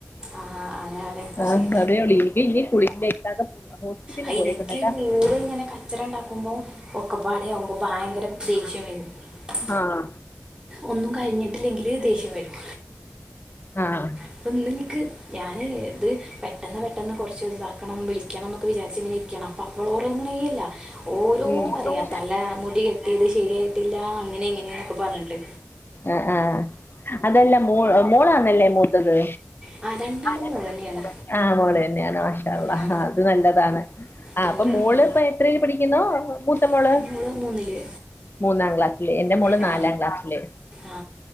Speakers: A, on the right; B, on the left.
A: ആ ആണ് ആണ് പക്ഷേ
B: ആ ഇപ്പ അതേള്ളൂ ഇന്റെ ഇനി കുളി ഇന്റെ ഇക്കാക്ക ഹോസ്പിറ്റലിൽ
A: അയ്
B: പോയേക്കുന്നു
A: ഇനിക്ക്
B: കേട്ടാ
A: മോള് ഇങ്ങനെ കച്ചറ ഇണ്ടാക്കുമ്പം ഒക്കപ്പാടയാവുമ്പോ ഭയങ്കര ദേഷ്യം വെരും. <unintelligible>
B: ആഹ്
A: ഒന്നും കഴിഞ്ഞിട്ടില്ലെങ്കില് ദേഷ്യം വെരും.
B: ആഹ്
A: ഇപ്പന്ന് ഇൻക്ക് ഞാന് ദ് പെട്ടെന്ന് പെട്ടെന്ന് കൊറച്ചൊരിതാക്കണം വിളിക്കണം ന്നൊക്കെ വിചാരിച്ച് ഇങ്ങനെ ഇരിക്കണം. അപ്പ അവള് ഒറങ്ങ്ണേ ഇല്ല. ഓരോന്ന്
B: ഉം.
A: പറയാ തല മുടി കെട്ടിയത് ശരിയായി ട്ട്ല്ലാ അങ്ങനെ ഇങ്ങനേന്നൊക്ക പർഞ്ഞ്ട്ട്.
B: ആഹ് ആഹ് അതല്ല മോ മോളാന്നല്ലേ മൂത്തത്?
A: ആ
B: ആഹ് രണ്ടാളും
A: മോൾ തന്നെയാണ്
B: മോളെന്നെ. ആഹ് മോള് തന്നെയാണ് മാഷാഅല്ലാഹ്
A: ആ
B: അത് നല്ലതാണ്.
A: രണ്ടും
B: അപ്പം മോള്
A: മോൾ
B: ഇപ്പ എത്രെൽ പഠിക്കുന്നോ മൂത്ത മോള്?
A: തന്നെ മൂന്നില്
B: മൂന്നാം ക്ലാസ് ല്. എന്റെ മോള്
A: ആ
B: നാലാം ക്ലാസ്സില്.
A: ആ